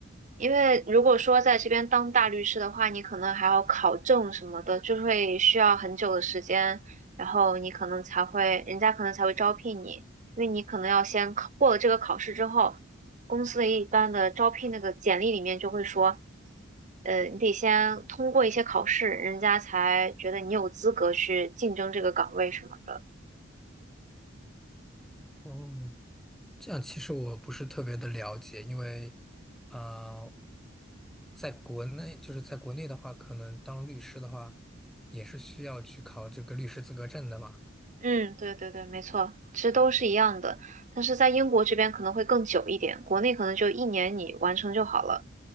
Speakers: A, on the right; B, in the centre.
A: 因为如果说在这边当大律师的话，你可能还要考证什么的，就会需要很久的时间，然后你可能才会，人家可能才会招聘你，因为你可能要先考过了这个考试之后，公司的一般的招聘那个简历里面就会说，呃，你得先通过一些考试，人家才觉得你有资格去竞争这个岗位什么的。
B: 哦。这样其实我不是特别的了解，因为，呃，在国内就是在国内的话，可能当律师的话，也是需要去考这个律师资格证的嘛。
A: 嗯，对对对，没错，其实都是一样的，但是在英国这边可能会更久一点，国内可能就一年你完成就好了。